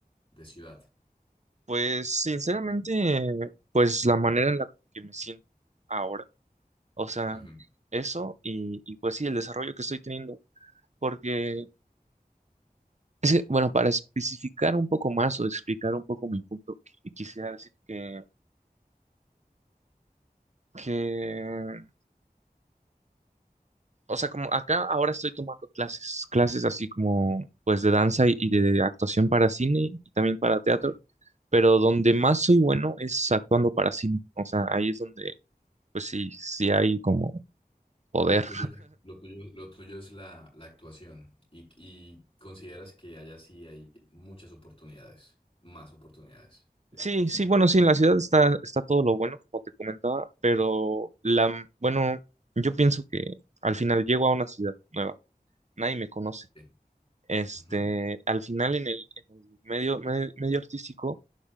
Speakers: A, on the left (about 35°); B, on the right (about 45°).
A: de ciudad.
B: Pues sinceramente, pues la manera en la que me siento ahora, o sea,
A: Ujú.
B: eso y, y pues sí, el desarrollo que estoy teniendo, porque es que, bueno, para especificar un poco más o explicar un poco mi punto, qui- quisiera decir que, que O sea, como acá ahora estoy tomando clases, clases así como pues de danza y y de actuación para cine y también para teatro,
A: Sí.
B: pero donde más soy bueno es actuando para cine. O sea, ahí es donde pues sí, sí hay como poder.
A: Lo tuyo, lo tuyo, lo tuyo es la, la actuación y, y consideras que allá sí hay muchas oportunidades, más oportunidades, e-
B: Sí,
A: evidentemente.
B: sí, bueno, sí, en la ciudad está, está todo lo bueno, como te comentaba, pero la, bueno, yo pienso que al final llego a una ciudad nueva, nadie me conoce.
A: Sí.
B: Este,
A: Ujú,
B: al final en el, en el medio, me- medio artístico,